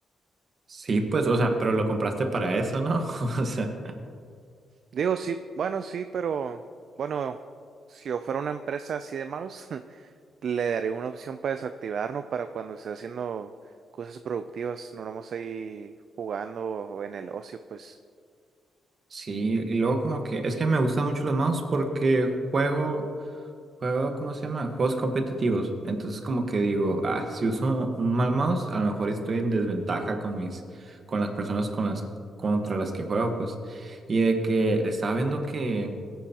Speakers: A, on the right; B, on the right.
A: Sí, pues, o sea, pero lo compraste para eso, ¿no? <laughs> O sea.
B: Digo, sí, bueno, sí, pero bueno, si yo fuera una empresa así de mouse, <laughs> le daría una opción para desactivar, ¿no? Para cuando esté haciendo cosas productivas, no nomás ahí jugando o en el ocio, pues.
A: Sí, y luego como que es que me gustan mucho los mouse porque juego, juego, ¿cómo se llama? Juegos competitivos. Entonces como que digo, ah, si uso un mal mouse, a lo mejor estoy en desventaja con mis, con las personas con las, contra las que juego, pues. Y de que estaba viendo que,